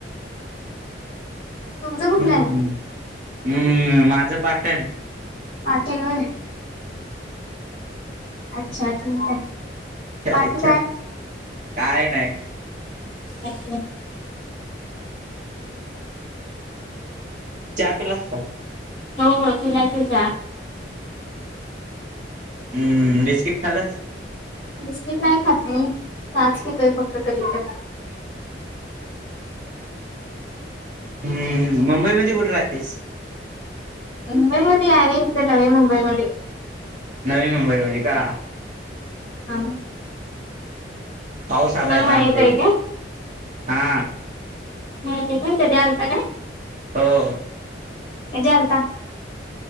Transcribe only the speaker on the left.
तुमचं कुठलं
आहे
पाठ हय अच्छा ठीक आहे
बाकी
अचछा
हो हो तुलाचच
मिस्किट नाही खात मी चारज खेतोय फक्त कधी तर
मुंबईमध्येध्ये आहे तर नवी मुंबईमध्ये
हा
तुम्हाला
माहित आहे का
मातीयच्या ते्या आतार
हे्या आलता